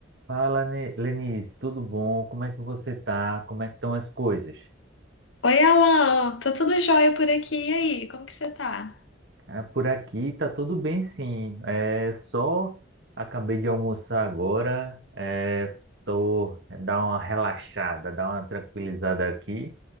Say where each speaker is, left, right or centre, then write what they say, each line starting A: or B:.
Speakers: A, on the right; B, on the left.
A: Fala, Ne- Lenice, tudo bom? Como é que você tá? Como é que estão as coisas?
B: Oi, Alan, tô tudo jóia por aqui. E aí, como que você tá?
A: Ah, por aqui tá tudo bem, sim. É só acabei de almoçar agora, é, tô é, dar uma relaxada, dar uma tranquilizada aqui,